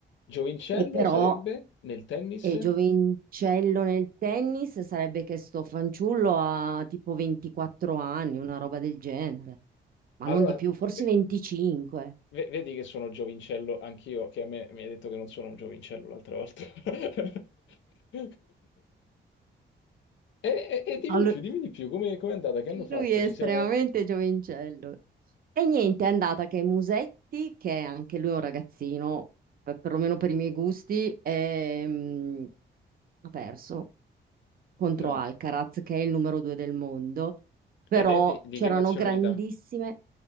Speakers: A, on the left; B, on the right.
A: Giovincello
B: E però
A: sarebbe nel tennis?
B: è giovincello nel tennis, sarebbe che sto fanciullo ha tipo 24 anni, una roba del genere, ma
A: Allora,
B: non di più, forse
A: ve-
B: 25.
A: ve- vedi che sono giovincello anch'io, che a me mi hai detto che non sono un giovincello l'altra volta. <laughs> E, e- e dimmi
B: Allu-
A: di più, dimmi
B: <laughs>
A: di più, come è andata? Che hanno fatto?
B: Lui è
A: Ci
B: estremamente
A: siamo...
B: giovincello. E niente, è andata che Musetti, che è anche lui un ragazzino, per- perlomeno per i miei gusti, è, mm, ha perso contro
A: No,
B: Alcaraz, che è il numero due del mondo, però
A: ed è di, di
B: c'erano
A: che nazionalità?
B: grandissime